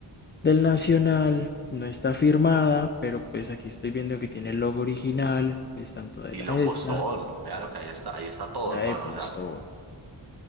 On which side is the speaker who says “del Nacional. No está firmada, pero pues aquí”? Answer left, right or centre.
Left